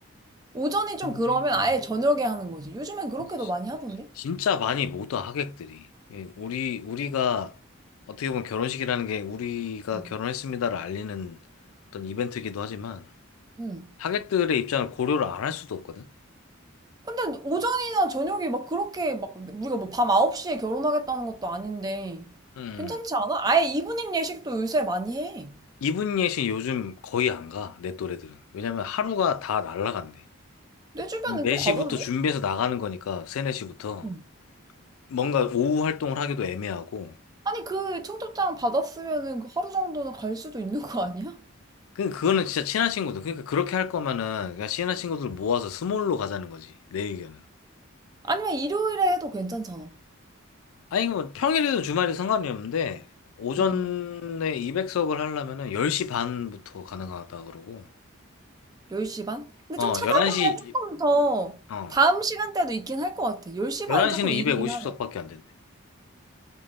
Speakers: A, on the right (about 20°); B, on the left (about 80°).
A: 오전이
B: 근데,
A: 좀 그러면
B: 음.
A: 아예 저녁에 하는 거지. 요즘엔 그렇게도
B: 근데
A: 많이 하던데?
B: 진짜 많이 못와 하객들이. 예, 우리 우리가 어떻게 보면 결혼식이라는 게 우리가
A: 어.
B: 결혼했습니다를 알리는 어떤 이벤트이기도 하지만
A: 응.
B: 하객들의 입장을 고려를 안 할 수도 없거든.
A: 근데 오전이나 저녁이 막 그렇게 막 우리가 뭐 밤 9시에 결혼하겠다는 것도 아닌데
B: 음.
A: 괜찮지 않아? 아예 이브닝 예식도 요새 많이 해.
B: 이분 예식 요즘 거의 안 가, 내 또래들은. 왜냐면 하루가 다 날라간대.
A: 내 주변엔
B: 4시부터
A: 또 가던데?
B: 준비해서 나가는 거니까, 3, 4시부터.
A: 음.
B: 뭔가 오후 활동을 하기도 애매하고.
A: 아니 그 청첩장 받았으면은 그 하루 정도는 갈 수도 있는 거 아니야?
B: 그, 그거는 진짜 친한 친구들. 그러니까 그렇게 할 거면은, 그냥 친한 친구들 모아서 스몰로 가자는 거지, 내 의견은.
A: 아니면 일요일에 해도 괜찮잖아.
B: 아니, 뭐, 평일에도 주말이 상관이 없는데, 오전에
A: 응.
B: 200석을 하려면은 10시 반부터 가능하다 그러고,
A: 10시 반? 근데
B: 어,
A: 좀 찾아보면
B: 11시,
A: 조금 더
B: 어,
A: 다음 시간대도 있긴 할 것 같아. 10시
B: 11시는
A: 반은 조금 이르긴
B: 250석밖에
A: 하네.
B: 안 된대.